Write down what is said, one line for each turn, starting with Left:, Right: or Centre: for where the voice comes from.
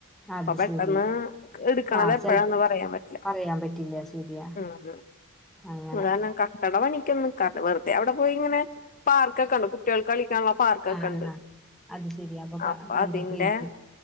Centre: അത്
Left: അപ്പൊ പെട്ടെന്ന്
Centre: ശെരി
Left: എടുക്കണത്
Centre: ആഹ്
Left: എപ്പഴാന്ന്
Centre: ചെലപ്പോ
Left: പറയാൻ പറ്റില്ല
Centre: പറയാൻ പറ്റില്ല ശരിയാ
Left: ഉം
Centre: അങ്ങനെ
Left: അതാരണം കക്കട പണിക്കൊന്ന ക വെറുതെ അവിടെപോയിങ്ങനെ പാർക്കൊക്കെ ഉണ്ട് കുട്ടികൾക്ക് കളിക്കാനുള്ള കക്കണ്ട്
Centre: ആഹ് ആഹ് അത് ശെരി
Left: അപ്പൊ
Centre: കണ്ടൊക്കെയിരിക്കും
Left: അതിന്റെ